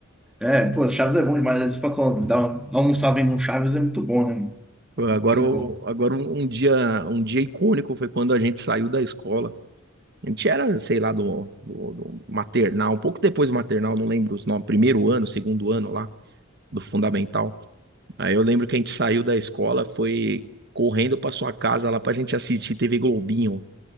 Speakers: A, in the centre; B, on the right (about 50°).
A: É, pô, Chaves é bom demais. Às vezes pra co- dar uma- almoçar vendo um Chaves é muito bom, né, mano?
B: Pô,
A: Não
B: Agora,
A: tem
B: eu-
A: como.
B: agora um, um dia, um dia icônico foi quando a gente saiu da escola. A gente era, sei lá, do, do, do maternal, um pouco depois do maternal, não lembro os nomes, primeiro ano, segundo ano lá, do fundamental. Aí eu lembro que a gente saiu da escola, foi correndo pra sua casa lá pra gente assistir TV Globinho.